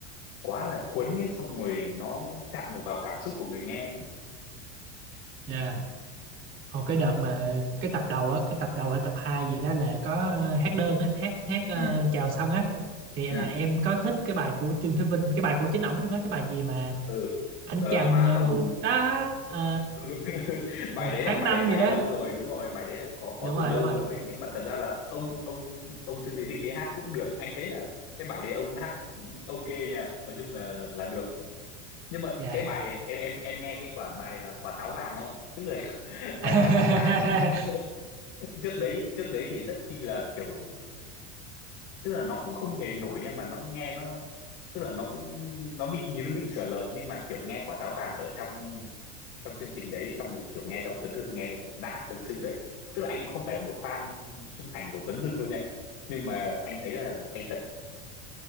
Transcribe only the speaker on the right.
yeah. còn cái đợt mà cái tập đầu á cái tập đầu hay tập 2 gì đó là có ờ, hát đơn á hát hát ờ,
chào sân á thì
là em có thích cái bài của Trương Thế Vinh cái bài của chính ổng luôn á cái bài gì mà
anh
chàng
em
vụt đá ờ,
tháng
năm
gì đó
đúng
rồi
đúng rồi
dạ
<laughs>